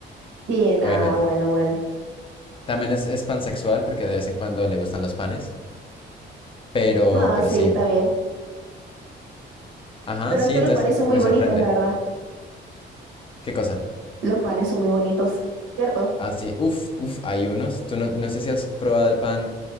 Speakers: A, on the right; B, on the left.
A: Sí, nada,
B: obviamente.
A: bueno, bueno.
B: También es, es pansexual porque de vez en cuando le gustan los panes, pero,
A: Ah,
B: pero
A: sí,
B: sí.
A: está bien.
B: Ajá,
A: Pero
B: sí,
A: es que
B: entonces
A: los panes son muy
B: me
A: bonitos,
B: sorprende.
A: la verdad.
B: ¿Qué cosa?
A: Los panes son muy bonitos, ¿cierto?
B: Ah, sí, uf, uf, hay unos. Tú no, no sé si has probado el pan